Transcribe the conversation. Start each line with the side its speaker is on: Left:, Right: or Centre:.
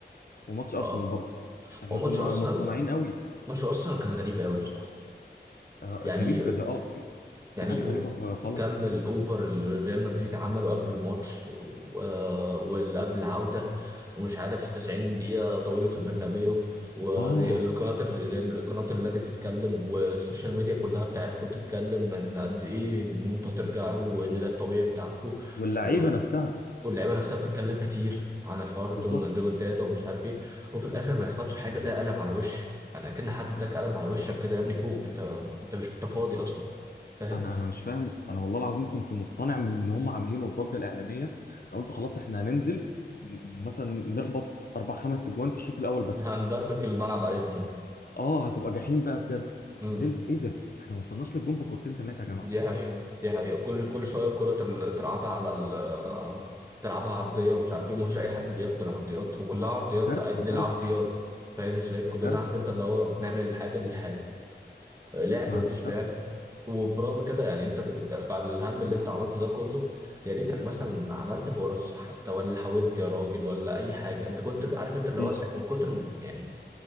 Left: وماتش ارسنال
Right: اه
Left: برضه احنا
Right: هو ماتش
Left: كنا
Right: ارسنال
Left: مقتنعين
Right: لا
Left: قوي
Right: ماتش ارسنال كان غريب قوي بصراحه
Left: آه،
Right: يعني
Left: غريب ده اه
Right: يعني
Left: في حاجه غريبه غ- غلط
Right: كم الاوفر اللي ريال مدريد عمله قبل الماتش و- واللي قبل العوده ومش عارف 90 دقيقه طويله في البرنابيو والقناه
Left: اه
Right: الريال قناه النادي بتتكلم والسوشيال ميديا كلها بتاعتكم بتتكلم ان قد ايه ان انتوا هترجعوا وان ده الطبيعي بتاعكم
Left: واللعيبه
Right: و-
Left: نفسها
Right: واللعيبه نفسها بتتكلم كتير عن الحوار دوم-
Left: بالظبط
Right: الريمونتادا ومش عارف ايه وفي الاخر ما يحصلش حاجه ده قلم على وش يعني اكن حد اداك قلم على وشك كده يا ابني فوق انت انت مش انت فاضي اصلا فاهم
Left: انا انا مش فاهم انا والله العظيم كنت مقتنع من اللي هم عاملينه الضجه الاعلاميه انا قلت خلاص احنا هننزل م- مثلا نخبط اربع خمس اجوان في الشوط الاول بس
Right: هندربك الملعب عليهم
Left: اه هتبقى جحيم بقى بجد
Right: امم
Left: نزلت ايه ده احنا ما وصلناش للجون بكورتين ثلاثه يا جماعه
Right: دي حقيقة دي حقيقة كل كل شوية الكرة تل- تلعبها على ال تلعبها عرضية ومش عارف ايه ومفيش أي حد بياخد العرضيات وكلها عرضيات
Left: كارثه
Right: للعرضيات
Left: كارثه
Right: فاهم ازاي كلنا
Left: كارثه
Right: عارف انت اللي هو بنعمل حاجة للحاجة لعب
Left: ما
Right: مفيش
Left: هو كارثه
Right: لعب وبرغم كده يعني انت ب- ده- بعد الهم اللي انت عملته ده كله يا ريتك مثلا عملت فرص حتى ولا حاولت يا راجل ولا اي حاجه انت كنت عارف انت
Left: مفيش
Right: اللي هو من كتر يعني